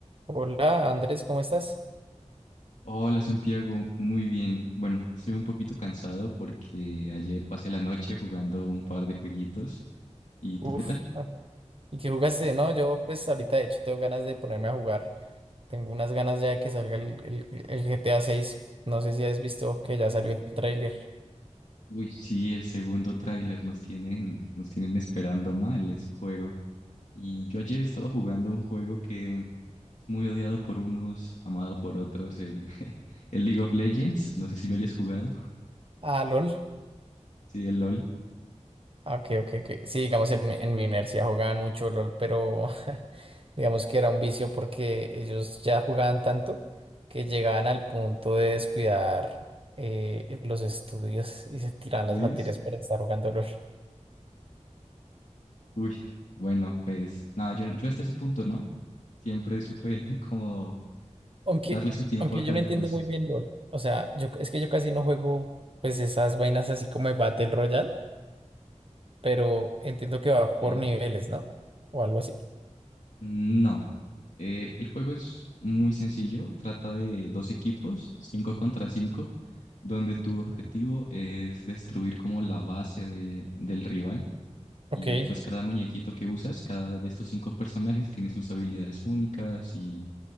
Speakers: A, on the right (about 50°); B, on the left (about 80°).
A: Hola Andrés, ¿cómo estás?
B: Hola Santiago, muy bien. Bueno, estoy un poquito cansado porque ayer pasé la noche jugando un par de jueguitos. ¿Y tú
A: Uf,
B: qué tal?
A: ¿y qué jugaste? No, yo pues ahorita de hecho tengo ganas de ponerme a jugar. Tengo unas ganas ya de que salga el, el- el GTA 6. No sé si has visto que ya salió el tráiler.
B: Uy, sí, el segundo tráiler nos tienen, nos tienen esperando mal ese juego. Y yo ayer estaba jugando un juego que es muy odiado por unos, amado por otros, el, <laughs> el League of Legends. No sé si lo hayas jugado.
A: Ah, LOL.
B: Sí, el LOL,
A: Ah, Ok, ok, ok. Sí, digamos en, mi en mi universidad jugaban mucho LOL, pero <laughs> digamos que era un vicio porque ellos ya jugaban tanto que llegaban al punto de descuidar eh, los estudios y se
B: los
A: tiraban
B: estudios.
A: las materias para estar jugando LOL.
B: Uy, bueno, pues nada, yo, yo hasta ese punto, ¿no? Siempre supe <laughs> como
A: Aunque,
B: darle su tiempo
A: aunque
B: a cada
A: yo no entiendo
B: cosa.
A: muy bien LOL. O sea, yo es que yo casi no juego pues esas vainas así como de Battle Royale, pero entiendo que va por
B: ¿ok?
A: niveles, ¿no? O algo así.
B: No. Eh, el juego es muy sencillo. Trata de dos equipos, cinco contra cinco, donde tu objetivo es destruir como la base de- del rival.
A: Ok.
B: Y pues cada muñequito que usas, cada de estos cinco personajes tiene sus habilidades únicas y